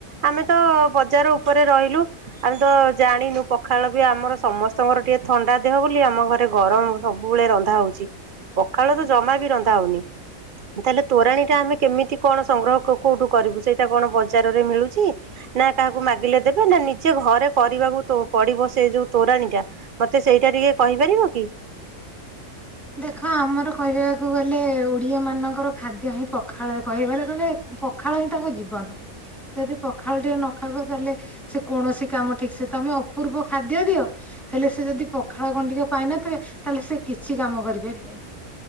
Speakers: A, on the right; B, in the centre.
A: ଆମେ ତ ବଜାର ଉପରେ ରହିଲୁ। ଆମେ ତ ଜାଣିନୁ ପଖାଳ ବି ଆମର ସମସ୍ତଙ୍କର ଟିକେ ଥଣ୍ଡା ଦେହ ବୋଲି ଆମ ଘରେ ଗରମ ସବୁ ସବୁବେଳେ ରନ୍ଧା ହଉଛି ପଖାଳ ତ ଜମା ବି ରନ୍ଧା ହଉନି। ତାହେଲେ ତୋରାଣୀ ଟା ଆମେ କେମିତି କଣ ସଂଗ୍ରହ କୋଉଠୁ କରିବୁ ସେଇଟା କଣ ବଜାରରେ ମିଳୁଛି? ନା କାହାକୁ ମାଗିଲେ ଦେବେ ନା ନିଜେ ଘରେ କରିବାକୁ ପଡିବ ସେ ଯୋଉ ତୋରାଣି ଟା। ମତେ ସେଇଟା ଟିକେ କହିପାରିବ କି?
B: ଦେଖ ଆମର କହିବାକୁ ଗଲେ ଓଡିଆ ମାନଙ୍କର ଖାଦ୍ୟ ହିଁ ପଖାଳ, କହିବା ଗଲେ ପଖାଳ ହିଁ ତାଙ୍କ ଜୀବନ, ଯଦି ପଖାଳ ଟିକେ ନ ଖାଇବ ତାହେଲେ ସେ କୌଣସି କାମ ଠିକ ସେ, ତୋମେ ଅପୂର୍ବ ଖାଦ୍ୟ ଦିଅ ହେଲେ ସେ ଯଦି ପଖାଳ ଗଣ୍ଡିକ ପାଇନଥିବେ, ତାହେଲେ ସେ କିଛି କାମ କରିପାରିବେନି।